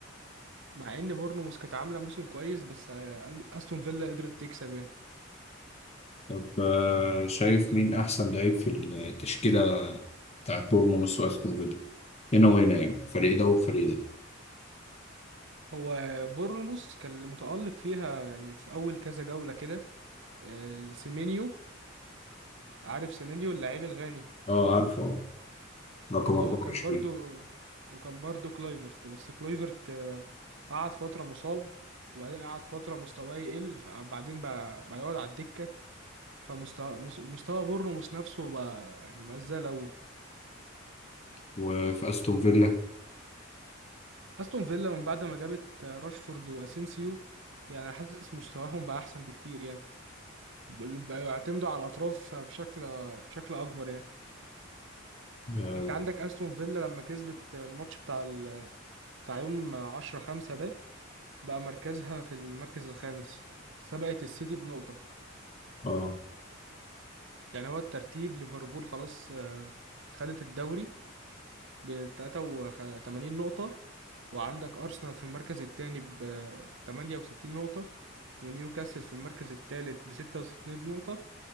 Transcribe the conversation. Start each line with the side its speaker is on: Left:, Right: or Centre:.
Right: مع ان بورنموث كانت عامله موسم كويس بس آه، استون فيلا قدرت تكسب يعني
Left: طب آه، شايف مين أحسن لعيب في التشكيلة بتاعت بورنموث وأستون فيلا هنا وهنا يعني فريق ده وفريق ده
Right: هو بورنموث كان اللي متالق فيها يعني في اول كذا جوله كده آه، سيمينيو عارف سيمينيو اللاعب الغاني
Left: اه عارفه اه رقم
Right: اه
Left: 24
Right: وكان برضو وكان برضو كلويفرت بس كلويفرت آه، قعد فترة مصاب وبعدين قعد فترة مستواه يقل فبعدين بقى بقى يقعد على الدكة فمستوى مس- مستوى بورنموث نفسه بقى يعني مبقاش زي الأول
Left: وفي أستون فيلا
Right: أستون فيلا من بعد ما جابت آه، راشفورد وأسينسيو يعني حاسس مستواهم بقى أحسن بكتير يعني بل- بقى يعتمدوا على الأطراف بشكل بشكل أكبر يعني
Left: اه
Right: أنت عندك أستون فيلا لما كسبت الماتش بتاع ال... بتاع يوم 10 5 ده بقى مركزها في المركز الخامس سبقت السيتي بنقطة
Left: آه.
Right: يعني هو الترتيب ليفربول خلاص آه، خدت الدوري ب 83 نقطة وعندك أرسنال في المركز الثاني ب 68 نقطة ونيوكاسل في المركز الثالث ب 66 نقطة